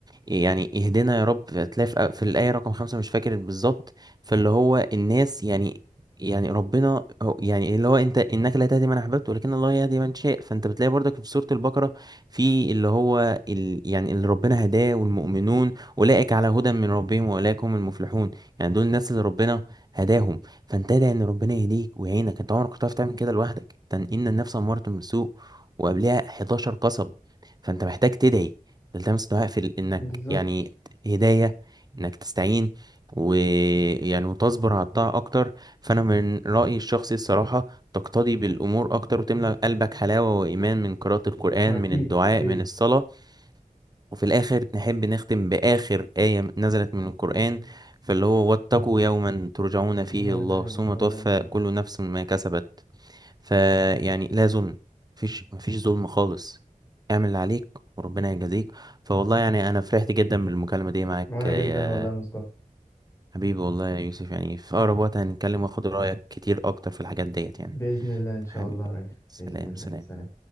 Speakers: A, on the right; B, on the left.
A: يعني اهدنا يا رب هتلاقي في في الآية رقم خمسة مش فاكر بالظبط فاللي هو الناس يعني يعني ربنا هو- يعني اللي هو انت انك لا تهدي من احببت ولكن الله يهدي من شاء فانت بتلاقي برضك في سورة البقرة في اللي هو ال يعني اللي ربنا هداه والمؤمنون اولئك على هدى من ربهم واولئك هم المفلحون يعني دول الناس اللي ربنا هداهم فانت ادعي ان ربنا يهديك ويعينك انت عمرك ما هتعرف تعمل كده لوحدك تن- ان النفس امارة بالسوء وقبلها 11 قصب فانت محتاج تدعي تلتمس دعاء في ال- انك
B: بالظبط
A: يعني هداية انك تستعين ويعني وتصبر على الطاعة اكتر فانا من رأيي الشخصي الصراحة تقتدي بالامور اكتر وتملأ قلبك حلاوة وايمان من قراءة القرآن
B: أكيد
A: من الدعاء
B: أكيد
A: من الصلاة وفي الاخر نحب نختم باخر آية نزلت من القرآن فاللي هو واتقوا يوما ترجعون فيه
B: لا إله
A: الله ثم
B: إلا
A: توفى
B: الله
A: كل نفس ما كسبت فيعني لا ظلم مفيش مفيش ظلم خالص اعمل اللي عليك وربنا يجازيك فوالله يعني انا فرحت جدا بالمكالمة دي معاك
B: وانا
A: يا
B: جدا والله يا مصطفى
A: حبيبي والله يا يوسف يعني في اقرب وقت هنتكلم واخد رأيك كتير اكتر في الحاجات ديت يعني
B: بإذن الله إن شاء
A: حبيبي
B: الله يا ريس
A: سلام
B: بإذن الله
A: سلام
B: سلام